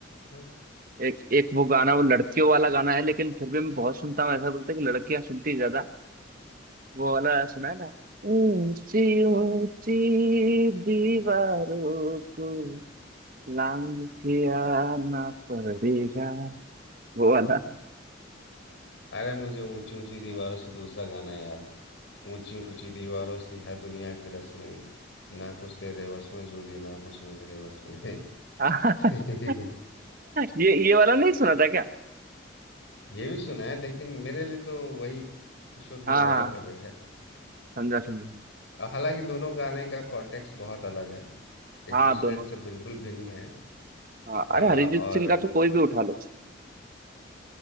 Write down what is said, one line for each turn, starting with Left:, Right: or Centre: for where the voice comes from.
Left: है।
Right: एक एक वो गाना वो लड़कियों वाला गाना है लेकिन फिर भी मैं बहुत सुनता हूँ ऐसा बोलते हैं कि लड़कियां सुनती ज्यादा वो वाला सुना है ना ऊंची ऊंची दीवारों को लांग के आना पड़ेगा वो वाला
Left: अरे मुझे ऊंची ऊंची दीवारों से दूसरा गाना याद है ऊंची ऊंची दीवारों सी है दुनिया की रस्में ना कुछ तेरे वश में जोली ना कुछ मेरे वश में है।
Right: <laughs>
Left: <laughs>
Right: ये ये वाला नहीं सुना था क्या
Left: ये भी सुना है लेकिन मेरे लिए तो वही किशोर कुमार
Right: हाँ
Left: वाला
Right: हाँ
Left: फेवरेट है
Right: समझा समझा समझा।
Left: हालांकि दोनों गाने का कॉन्टेक्स्ट बहुत अलग है एक
Right: हाँ
Left: दूसरे
Right: दोनों का
Left: से बिल्कुल भिन्न है
Right: हाँ
Left: आ,
Right: अरे अरिजीत
Left: और
Right: सिंह का तो कोई भी उठा लो